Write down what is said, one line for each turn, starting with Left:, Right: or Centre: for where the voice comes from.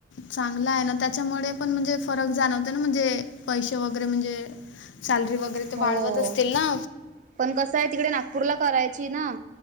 Left: चांगला आहे ना त्याच्यामुळे पण म्हणजे फरक जाणवते ना म्हणजे पैसे वगैरे म्हणजे सॅलरी वगैरे ते
Right: हो
Left: वाढवत असतील ना
Right: पण कसं आहे तिकडे नागपूरला करायची ना